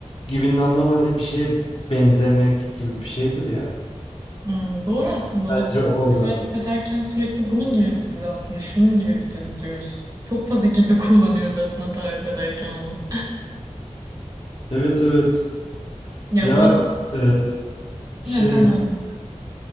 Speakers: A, on the left; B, on the right.
A: Gibinin anlamı hani bir şeye benzemek gibi bir şeydir ya.
B: Hmm, doğru aslında
A: Bence
B: o
A: orada.
B: bir tarif ederken sürekli bunun gibi bir dizi aslında şunun gibi bir dizi diyoruz. Çok fazla gibi <laughs> kullanıyoruz aslında tarif ederken onu.
A: Evet evet.
B: Ya
A: Ya
B: ben
A: e, şey
B: ne tamam.